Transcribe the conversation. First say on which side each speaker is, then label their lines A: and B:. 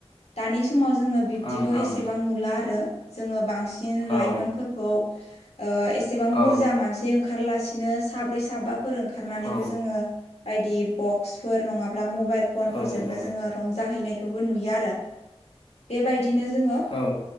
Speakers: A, on the left; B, on the left.
A: दानि समाव जोङो बिब्दिखौ
B: ओं ओं
A: एसेबां नुला आरो जोङो बांसिन लाइमोनफोरखौ
B: औ
A: ओ एसेबां
B: औ
A: बुरजा मानसि ओंखारलासिनो साब्रै साबाफोर ओंखारनानैबो
B: औ
A: जोङो बायदि बक्सफोर नङाब्ला मबाइल फन
B: औ
A: फोरजोंनो जोङो रंजाहैनायखौबो नुयो आरो। बेबायदिनो जोङो
B: औ।